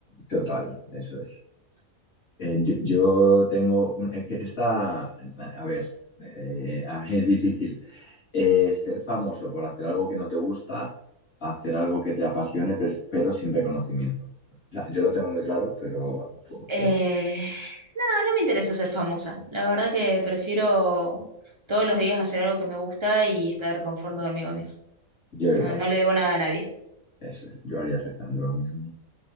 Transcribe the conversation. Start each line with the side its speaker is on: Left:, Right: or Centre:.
Left: Total, eso es. Eh, yo, yo tengo... un- Es que esta... A ver, eh, a ver, es difícil. Eh, ser famoso por hacer algo que no te gusta, hacer algo que te apasione, pe- pero sin reconocimiento. O sea, yo lo tengo muy claro, pero
Right: Eh,
Left: pues,
Right: no, no me interesa ser famosa. La verdad que prefiero todos los días hacer algo que me gusta y estar conforme conmigo misma.
Left: Yo
Right: No,
Left: igual,
Right: no le debo nada a nadie.
Left: eso es. Yo haría exactamente lo mismo.